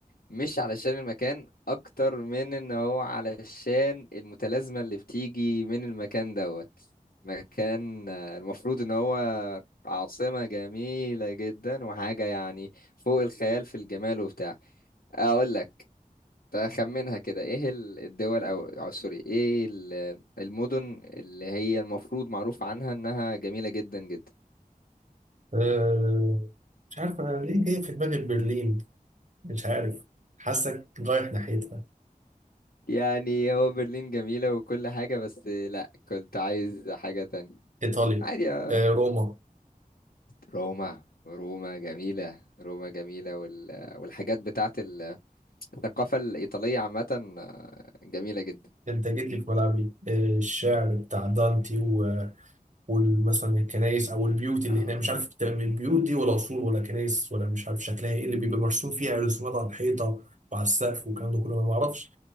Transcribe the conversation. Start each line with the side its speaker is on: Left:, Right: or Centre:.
Left: مش علشان المكان اكتر من ان هو علشان المتلازمة اللي بتيجي من المكان دوت مكان آه، المفروض ان هو عاصمة جميلة جدا وحاجة يعني فوق الخيال في الجمال وبتاع اقول لك تخمنها كده ايه ال- الدول او أو سوري ايه ال- المدن اللي هي المفروض معروف عنها انها جميلة جدا جدا
Right: آه مش عارف أنا ليه جاي في دماغي برلين مش عارف حاسك رايح ناحيتها
Left: يعني هو برلين جميلة وكل حاجة بس لا كنت عايز حاجة تانية
Right: إيطاليا
Left: عادي اه
Right: آه روما
Left: روما روما جميلة روما جميلة وال... والحاجات بتاعت ال- الثقافة الإيطالية عامة آه، جميلة جدا
Right: انت جيت لي في ملعبي آه، الشعر بتاع دانتي و- ومثلا الكنايس او البيوت اللي
Left: اه
Right: هناك مش عارف بتبقى من البيوت دي ولا قصور ولا كنايس ولا مش عارف شكلها ايه اللي بيبقى مرسوم فيها رسومات على الحيطه وعلى السقف والكلام ده كله أنا ما معرفش